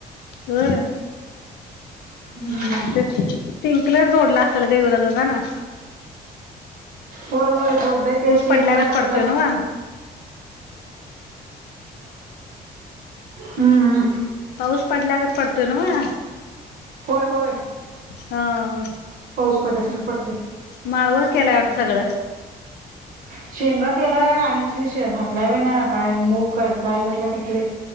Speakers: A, on the left (about 80°); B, on the right (about 60°).
A: ह्...
B: हम्म
A: हो् स्पिंकलर जोडला... सलगाई उरदा जाना...
B: होय होय जोडलंय ते शेंगा
A: पडल्यागत
B: घातलोय..
A: पडतोय नव्ह
B: हम्म हम्म...
A: पाऊस पडल्यागत पडतोय न्हव..
B: होय होय...
A: हा...
B: पाऊस पडण्यासारखा पडते.
A: माळवर केलाय वाटतं सगळं..
B: शेंगा केलाय आणि कसले शेग घातला व ना काय मूग काय? काय घातला काय की बाई?